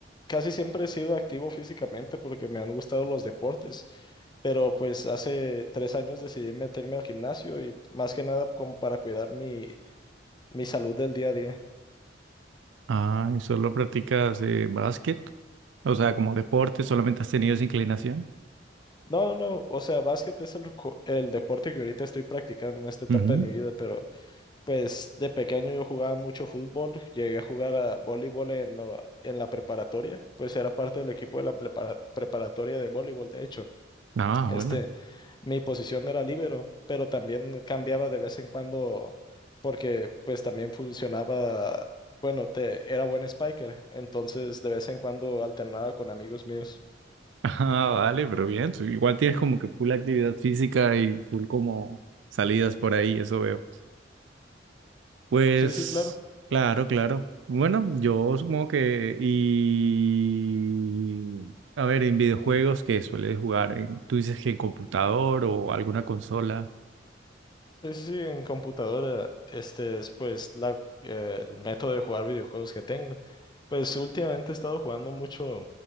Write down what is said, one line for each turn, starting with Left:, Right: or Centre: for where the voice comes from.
Left: casi siempre he sido activo físicamente porque me han gustado los deportes, pero pues hace tres años decidí meterme al gimnasio y más que nada como para cuidar mi, mi salud del día a día.
Right: Ah, ¿y solo practicas eh, básquet? O sea, como deporte, solamente has tenido esa inclinación.
Left: No, no, o sea, básquet es el, co- el deporte que ahorita estoy practicando en esta etapa
Right: Ujú.
Left: de mi vida, pero pues de pequeño yo jugaba mucho fútbol, llegué a jugar a voleibol en, lo- en la preparatoria, pues era parte del equipo de la prepara- preparatoria de voleibol, de hecho.
Right: Ah,
Left: Este,
Right: bueno.
Left: mi posición no era líbero, pero también cambiaba de vez en cuando porque pues también funcionaba, bueno, te, era buen spiker, entonces de vez en cuando alternaba con amigos míos.
Right: <laughs> Ah, vale, pero bien. tú Igual tienes como que full actividad física y full como salidas por ahí, eso veo. Pues,
Left: Sí, sí, claro.
Right: claro, claro. Bueno, yo supongo que... Y... A ver, en videojuegos que sueles jugar, en- tú dices que en computador o alguna consola.
Left: Sí, sí, sí, en computadora, este es pues la, eh, el método de jugar videojuegos que tengo. Pues últimamente he estado jugando mucho